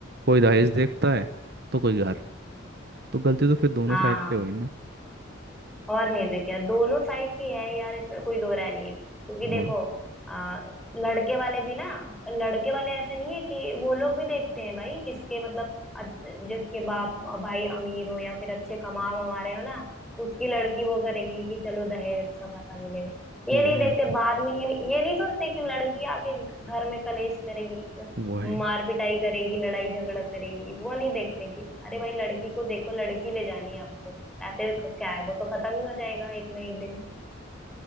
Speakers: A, on the right; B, in the centre.
A: कोई दहेज देखता है तो कोई घर तो गलती तो फिर दोनों
B: हाँ
A: साइड पे हुई ना
B: और नहीं तो क्या दोनों साइड की है यार इसमें कोई दो राय नहीं है क्योंकि देखो
A: वो
B: आ, लड़के वाले भी ना लड़के वाले ऐसे नहीं है कि वो लोग भी देखते हैं भाई जिसके मतलब अ- जिसके बाप भाई अमीर हो या फिर अच्छे कमा वमा रहे हो ना उसकी लड़की वो करेगी कि चलो दहेज अच्छा खासा मिलेगा ये
A: वही
B: नहीं देखते बाद में ये नहीं ये नहीं सोचते कि लड़की आके घर में कलेश करेगी
A: वही
B: मार पिटाई करेगी लड़ाई झगड़ा करेगी वो नहीं देखते कि अरे भाई लड़की को देखो लड़की ले जानी है आपको ऐसे को क्या है वो तो खत्म ही हो जाएगा एक ना एक दिन